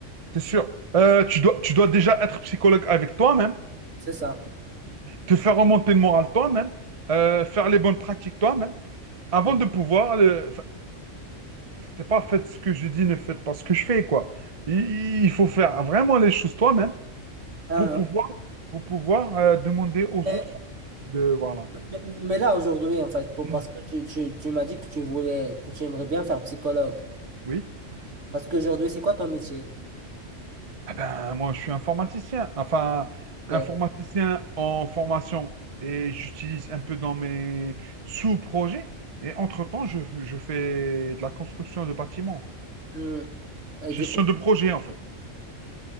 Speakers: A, on the right; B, on the right.
A: c'est sûr. Euh, tu dois, tu dois déjà être psychologue avec toi-même,
B: C'est ça.
A: te faire remonter le moral toi-même, euh, faire les bonnes pratiques toi-même. avant
B: Mm.
A: de pouvoir, le- enfin, c'est pas faites ce que je dis, ne faites pas ce que je fais, quoi. Il, il faut faire vraiment les choses toi-même
B: Ah,
A: pour pouvoir, pour pouvoir euh, demander aux
B: mais,
A: autres de, voilà.
B: mais- mais là, aujourd'hui, en fait, pour-
A: Hmm.
B: parce que tu, tu, tu m'as dit que tu voulais, que tu aimerais bien faire psychologue.
A: Oui.
B: Parce qu'aujourd'hui, c'est quoi ton métier?
A: Ah ben, moi, je suis informaticien, enfin,
B: Ok.
A: informaticien en formation et j'utilise un peu dans mes sous-projets. Et entre-temps, je, je fais de la construction de bâtiments, en fait.
B: Hmm. Et
A: Gestion
B: du coup,
A: de projet, en fait.